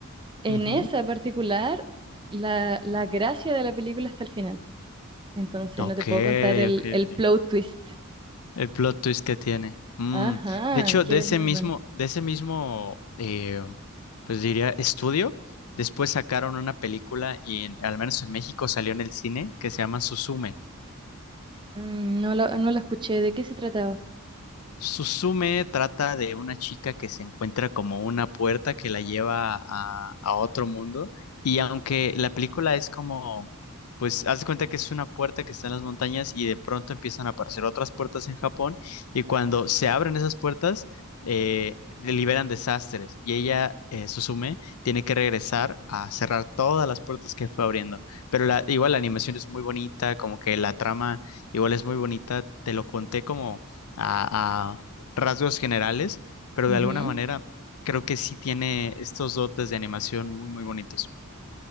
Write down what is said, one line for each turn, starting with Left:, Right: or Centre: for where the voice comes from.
Right: en
Left: Ujú.
Right: esa particular, la, la gracia de la película está al final. Entonces
Left: Ok,
Right: no te puedo contar el,
Left: ok,
Right: el
Left: ok.
Right: plot twist.
Left: El plot twist que tiene. Mm,
Right: Ajá,
Left: De hecho,
Right: que
Left: de ese
Right: es muy
Left: mismo,
Right: bueno.
Left: de ese mismo, eh, pues diría, estudio, después sacaron una película y en- al menos en México salió en el cine que se llama Suzume.
Right: Mm, no la, no la escuché, ¿de qué se trataba?
Left: Suzume trata de una chica que se encuentra como una puerta que la lleva a, a otro mundo. Y aunque la película es como, pues, haz de cuenta que es una puerta que está en las montañas y de pronto empiezan a aparecer otras puertas en Japón. Y cuando se abren esas puertas, eh, liberan desastres. Y ella, eh, Suzume, tiene que regresar a cerrar todas las puertas que fue abriendo. Pero la, igual la animación es muy bonita, como que la trama igual es muy bonita. Te lo conté como a, a rasgos generales, pero
Right: Ujú.
Left: de alguna manera creo que sí tiene estos dotes de animación muy, muy bonitos.